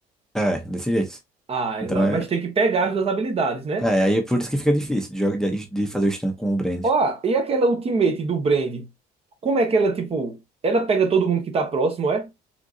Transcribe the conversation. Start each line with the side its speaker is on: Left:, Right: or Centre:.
Centre: É, desse jeito.
Right: Ah,
Centre: Então
Right: exa-
Centre: é,
Right: mas tem que pegar as duas habilidades, né?
Centre: é aí é por isso que fica difícil de, joga- de- de fazer o stun com o Brand.
Right: Ó, e aquela ultimate do Brand? Como é que ela, tipo, ela pega todo mundo que tá próximo, é?